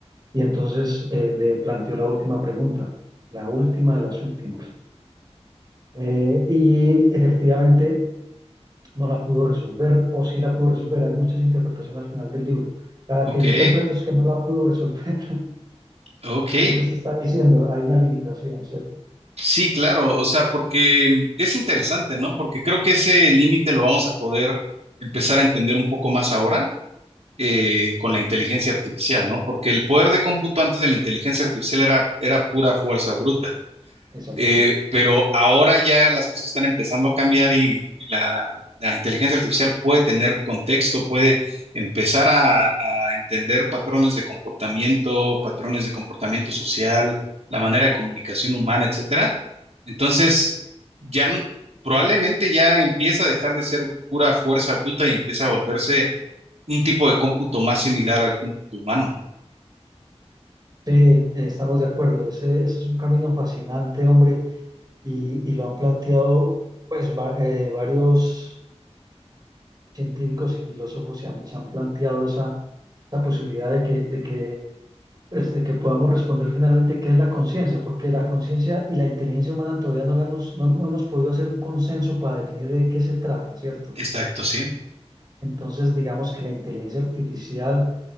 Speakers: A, on the right (about 35°); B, on the right (about 70°).
A: Y entonces eh, le planteó la última pregunta, la última de las últimas. Eh, y efectivamente no la pudo resolver, o sí la pudo resolver. Hay muchas interpretaciones al final del libro. La
B: ok,
A: que yo interpreto es que no la pudo resolver. <laughs>
B: ok.
A: Es lo que usted está diciendo, hay una limitación, ¿cierto?
B: Sí, claro, o sea, porque es interesante, ¿no? Porque creo que ese límite lo vamos a poder empezar a entender un poco más ahora eh, con la inteligencia artificial,
A: Sí.
B: ¿no? Porque el poder de cómputo antes de la inteligencia artificial era, era pura fuerza bruta.
A: Exacto.
B: Eh, pero ahora ya las cosas están empezando a cambiar y, y la, la inteligencia artificial puede tener contexto, puede empezar a, a entender patrones de comportamiento, patrones
A: Sí,
B: de comportamiento social, la manera de comunicación humana, etcétera. Entonces, ya n- probablemente ya empieza a dejar de ser pura fuerza bruta y empieza a volverse un tipo de cómputo más similar al cómputo humano, ¿no?
A: eh, estamos de acuerdo. Ese, ese es un camino fascinante, hombre. y, y lo han planteado, pues va- eh, varios científicos y filósofos se han, se han planteado esa, esa posibilidad de que, de que, pues, de que podamos responder finalmente qué es la conciencia, porque la conciencia y la inteligencia humana todavía no la hemos, no no hemos podido hacer un consenso para definir de qué se trata, ¿cierto?
B: Exacto, sí.
A: Entonces, digamos que la inteligencia artificial